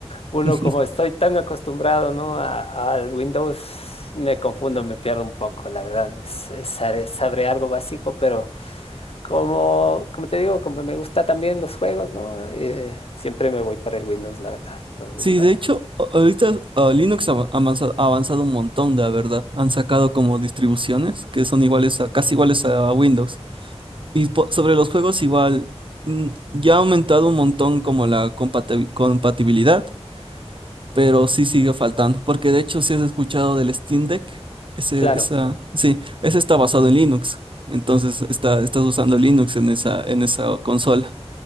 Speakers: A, on the left; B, on the right.
A: uno
B: <laughs>
A: como estoy tan acostumbrado, ¿no? a- Al Windows me confundo, me pierdo un poco, la verdad. Es- es- sabré, sabré algo básico, pero como, como te digo, como me gusta también los juegos, ¿no? Eh, siempre me voy por el Windows, la verdad. Los Windows.
B: Sí, de hecho, a- ahorita ah, Linux ha avanza- ha avanzado, un montón, la verdad. Han sacado como distribuciones que son iguales a, casi iguales a Windows. Y po- sobre los juegos igual, mm, ya ha aumentado un montón como la compati- compatibilidad, pero sí sigue faltando, porque de hecho si has escuchado del Steam Deck, ese,
A: Claro,
B: esa, sí, ese está basado en Linux, entonces está, estás usando Linux en esa, en esa consola.